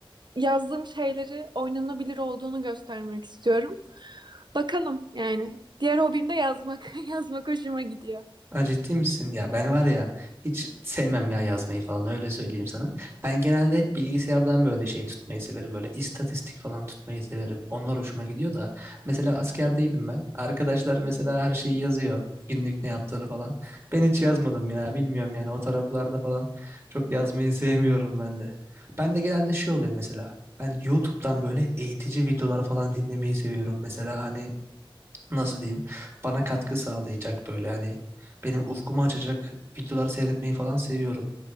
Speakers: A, on the right; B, on the right.
A: yazdığım şeyleri oynanabilir olduğunu göstermek istiyorum. Bakalım yani. Diğer hobim de yazmak. <laughs> Yazmak hoşuma gidiyor.
B: Ha, ciddi misin? Ya ben var ya hiç sevmem ya yazmayı falan öyle söyleyeyim sana. Ben genelde hep bilgisayardan böyle şey tutmayı severim. Böyle istatistik falan tutmayı severim. Onlar hoşuma gidiyor da. Mesela askerdeydim ben. Arkadaşlar mesela her şeyi yazıyor. Günlük ne yaptığını falan. Ben hiç yazmadım ya bilmiyorum yani o taraflarda falan çok yazmayı sevmiyorum ben de. Ben de genelde şey oluyor mesela. Ben YouTube'dan böyle eğitici videolar falan dinlemeyi seviyorum. Mesela hani nasıl diyeyim bana katkı sağlayacak böyle hani benim ufkumu açacak videolar seyretmeyi falan seviyorum.